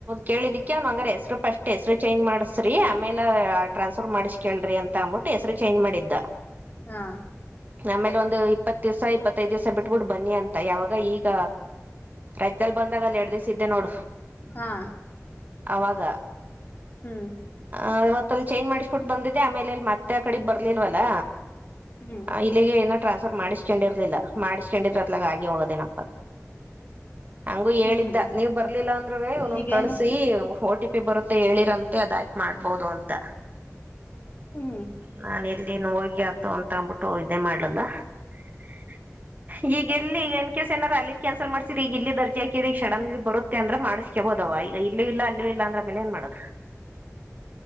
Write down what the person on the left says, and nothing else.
ಹಾ.
ಹಾ
ಹ್ಮ್
ಹ್ಮ್
ಹ್ಮ್
ಈಗೇನು
ಹ್ಮ್